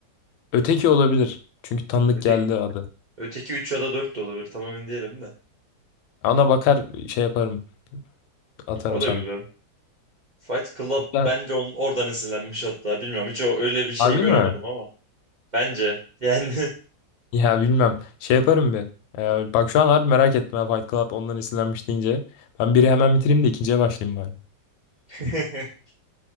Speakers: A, on the left; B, on the right.
A: Öteki olabilir. Çünkü tanıdık
B: öteki
A: geldi adı.
B: Öteki 3 ya da 4 de olabilir. Tam emin değilim de.
A: Ona bakar şey yaparım. Atarım
B: O da
A: sana.
B: güzel. Fight Club
A: Hatta-
B: bence onun oradan esinlenmiş hatta. Bilmiyorum hiç o- öyle bir şey
A: harbi
B: göremedim
A: mi?
B: ama. Bence yani
A: Ya bilmem. Şey yaparım bir. Ee, bak şu an harbi merak etme ha, Fight Club ondan esinlenmiş deyince. Ben biri hemen bitireyim de ikinciye başlayayım bari.
B: <laughs>